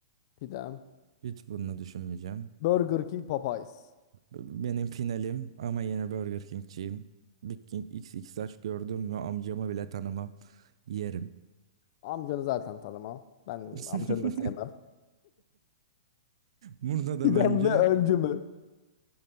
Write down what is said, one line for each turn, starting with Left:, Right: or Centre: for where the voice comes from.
Left: Pidem.
Right: Hiç bunu düşünmeyeceğim.
Left: Burger King Popeyes.
Right: Benim finalim ama yine Burger King'ciyim. Big King X X XXL gördüm mü amcamı bile tanımam. Yerim.
Left: Amcanı zaten tanımam. Ben
Right: <laughs>
Left: amcanı da sevmem.
Right: Burada da
Left: Pidem
Right: bence
Left: mi öncü mü?